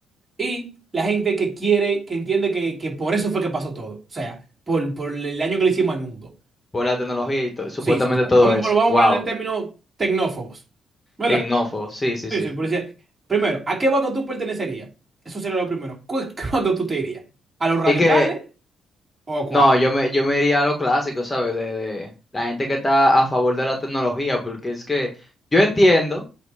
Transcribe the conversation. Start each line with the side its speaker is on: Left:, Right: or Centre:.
Right: Y la gente que quiere, que entiende que, que por eso fue que pasó todo. O sea, por, por el daño que le hicimos al mundo.
Left: Por la tecnología y to- supuestamente
Right: Sí, sí. sí.
Left: todo
Right: Vamos,
Left: eso.
Right: pero vamos
Left: Wow.
Right: a ponerle el término tecnófobos. ¿Verdad?
Left: Tecnófobo, sí, sí,
Right: Sí,
Left: sí.
Right: sí, por decir- Primero, ¿a qué bando tú pertenecerías? Eso sería lo primero. ¿Cu- <laughs> ¿Qué bando tú te irías? ¿A los radicales
Left: Es que,
Right: o a cuál?
Left: no, yo me, yo me iría a lo clásico, ¿sabes? De, de la gente que está a favor de la tecnología, porque es que yo entiendo.